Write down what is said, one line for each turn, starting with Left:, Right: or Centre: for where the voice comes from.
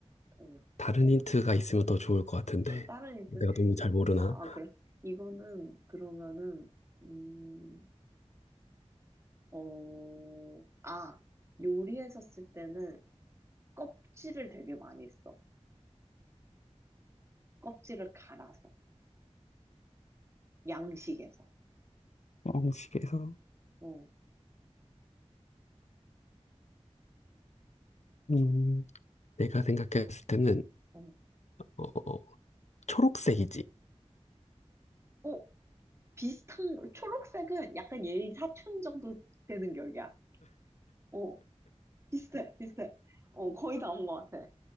Right: 어,
Left: 다른 힌트가 있으면 더 좋을 것 같은데.
Right: 다른 힌트
Left: 내가 너무 잘
Right: 이-
Left: 모르나?
Right: 아 그래. 이거는 그러면은 음, 어, 아 요리했었을 때는 껍질을 되게 많이 써. 껍질을 갈아서 양식에서.
Left: 음식에서
Right: 어,
Left: 음, 내가 생각했을 때는,
Right: 어,
Left: 어, 어, 초록색이지.
Right: 어 비슷한 거- 초록색은 약간 얘의 사촌 정도 되는 격이야. 어. 비슷해, 비슷해. 어, 거의 다 온 것 같아.